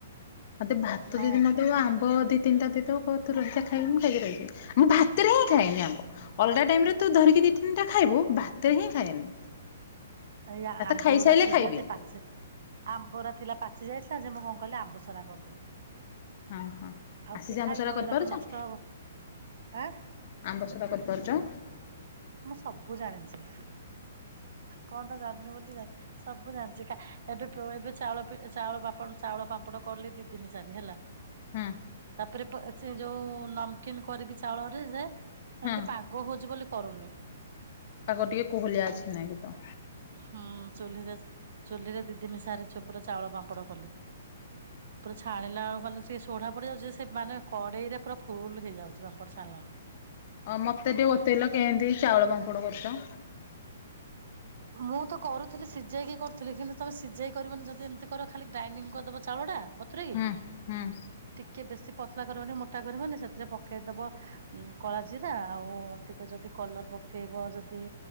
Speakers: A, on the left (about 35°); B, on the right (about 50°).
A: ମତେ ଭାତ
B: ହଁ
A: ଯଦି ନଦବ ଆମ୍ବ ଦି ତିନିଟା ଦେଇଦବ ହଉ ତୁ ରହିଯା ଖାଇ ମୁଁ ଖାଇକି ରହିଚେ। ମୁଁ ଭାତରେ ହିଁ ଖାଏନି ଆମ୍ୱ। ଅଲଗା ଟାଇମରେ ତୁ ଧରିକି ଦି ତିନିଟା ଖାଇବୁ ଭାତରେ ହିଁ ଖାଏନି।
B: ଏଇ
A: ଭାତ
B: ଆମ୍ବଓରା
A: ଖାଇସାରିଲେ
B: ଥିଲାଯେ
A: ଖାଇବି
B: ପାଚେ ଆମ୍ବରା ଥିଲା ପାଚି ଯାଇଥିଲା ଯେ ମୁଁ କଣ କଲି ଆମ୍ବସୋରା କରିଦେଲି।
A: ହଁ ହଁ
B: ଆଉ
A: ଆସିଛି
B: କିଏ ଖାଇବ
A: ଆମ୍ବସରା କରିପାରୁଛ?
B: ଏରାକ ନଷ୍ଟ ହବ ଆଁ
A: ଆମ୍ବସୋରା କରିପାରୁଛ?
B: ମୁଁ ସବୁ ଜାଣିଛି। କଣଟା ଜାଣିନୁ ବୋଲି କ ସବୁ ଜାଣିଚି କା ଏବେ ଏବେ ଚାଉଳ ପି ଚାଉଳ ପାପ ଚାଉଳ ପାମ୍ପଡ଼ କଲି ଦି ଦିନି ସାରି ହେଲା।
A: ହୁଁ
B: ତାପରେ ପ ଯୋଉ ନମକିନ୍ କରିବି ଚାଉଳରେ ଯେ ଏମିତି
A: ହଁ
B: ପାଗ ହଉଛି ବୋଲି କରୁନି।
A: ପାଗ ଟିକେ କହୁଲିଆ ଅଛି ନାଇଁ କି ତ।
B: ହୁଁ ଚୁଲିରେ ଚୁଲିରେ ଦି ଦିନି ସାରି ପୁରା ଚାଉଳ ପାମ୍ପଡ କଲି। ପୁରା ଛାଣିଲା ବେଳୁ ମାନେ ପୋଢା ପଡି ଯାଉଛି। ସେ ମାନେ କଡେଇରେ ପୁରା ଫୁଲ ହେଇଯାଉଛି ପାମ୍ପଡ ଛାଣିଲାଳକୁ।
A: ଅ ମତେ ଟିକେ ବତେଇଲ କେନ୍ତି ଚାଉଳ ପାମ୍ପଡ କରୁଛ?
B: ମୁଁ ତ କରୁଥିଲି ସିଝେଇକି କରୁଥିଲି କିନ୍ତୁ ତମେ ସିଝେଇ କରିବନି ଯଦି ଏମିତି କରିବ ଖାଲି ଗ୍ରାଇଣ୍ଡିଙ୍ଗ କରିଦବ ଚାଉଳଟା। ବତୁରେଇକି
A: ହୁଁ ହୁଁ।
B: ଟିକେ ବେଶୀ ପତଲା କରିବନି ମୋଟା କରିବନି ସେଥିରେ ପକେଇଦବ ଉ କଳାଜିରା ଆଉ ଟିକେ ଯଦି କଲର ପକେଇବ ଯଦି